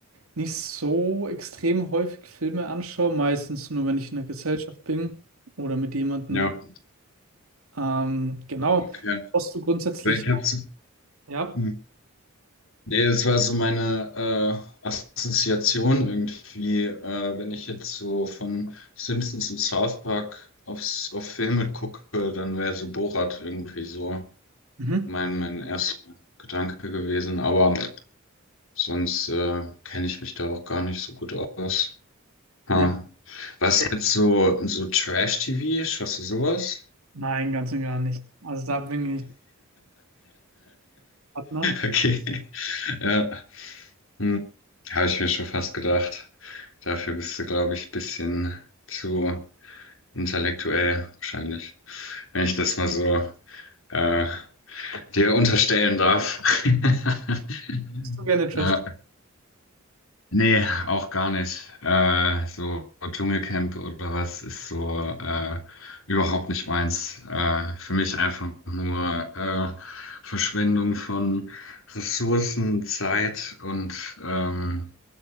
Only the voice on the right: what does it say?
nicht so extrem häufig Filme anschaue, meistens nur, wenn ich in der Gesellschaft bin oder mit jemandem.
Ähm, genau.
Hast du grundsätzlich,
ja?
Mhm.
Ja.
Nein, ganz und gar nicht. Also da bin ich Partner.
Hast du gerne Trash?